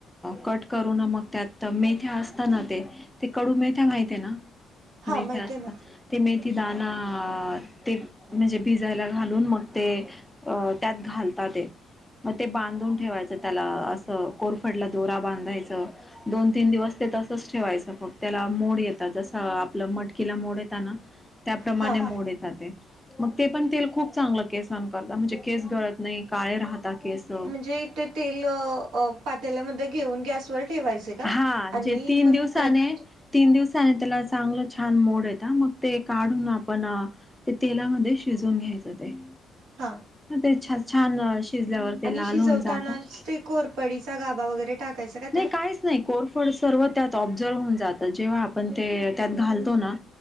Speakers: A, in the centre; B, on the right.
A: कट करून मग त्यात मेथ्या असता ना ते कडू मेथ्या माहिती आहे ना
B: हां
A: मेथ्या
B: माहिती
A: असता
B: आहे ना
A: ते मेथी दाना ते म्हणजे भिजायला घालून मग ते अ त्यात घालतात. मग ते बांधून ठेवायचं त्याला असं कोरफडला दोरा बांधायचं. दोन तीन दिवस तसच ठेवायचं मग त्याला मोड येतात जसं आपलं मटकीला मोड येत ना. त्याप्रमाणे
B: हां
A: मोड येता ते. मग ते पण तेल खूप चांगलं केसान करता म्हणजे केस गळत नाही काळे राहता केस.
B: म्हणजे ते तेल पात्याल्यामध्ये घेऊन गॅसवर ठेवायचे. का?
A: हा
B: आणि
A: जे तीन
B: मग
A: दिवसाने
B: त्यात
A: तीन दिवसाने त्याला चांगलं छान मोड येतं मग ते काढून आपण ते तेलामध्ये शिजून घ्यायचं ते
B: हां.
A: ते छान छान शिजल्यावर ते
B: आणि
A: लाल
B: शिजवतानाच
A: होऊन जातं.
B: ते कोरपडीचा गाबा वगैरे टाकायचा का त्यात?
A: नाही काहीच नाही कोरफड सर्व त्यात ऑब्झर्व होऊन जातं जेव्हा आपण ते त्यात घालतो ना.